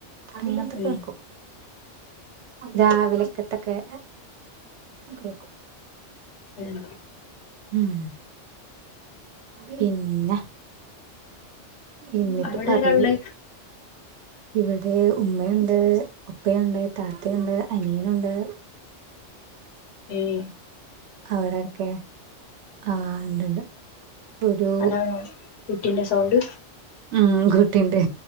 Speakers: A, on the right; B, on the left.
A: അങ്ങനത്തൊക്കെ
B: ഉം
A: വെക്കും രാവിലക്കത്തൊക്കെ വെക്കും
B: ഉം
A: ഉം പിന്നെ എന്നിട്ട്
B: അവിടെ
A: പറയൂ
B: ഒരാളുടെ
A: ഇവിടെ ഇമ്മയുണ്ട് ഇപ്പയുണ്ട് താത്തയുണ്ട് അനിയനുണ്ട്
B: ഉം
A: അവിടെൊക്കെ ആഹ് ഉണ്ട്ണ്ട് ഒരു
B: അതാണോ കുട്ടീന്റെ സൗണ്ട്
A: ഉം കുട്ടിണ്ട്